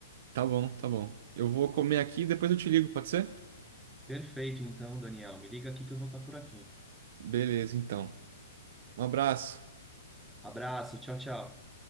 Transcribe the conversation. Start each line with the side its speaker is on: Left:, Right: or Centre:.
Right: Tá bom, tá bom. Eu vou comer aqui e depois eu te ligo, pode ser?
Centre: Perfeito, então, Daniel, me liga aqui que eu vou estar por aqui.
Right: Beleza, então. Um abraço.
Centre: Abraço, tchau, tchau.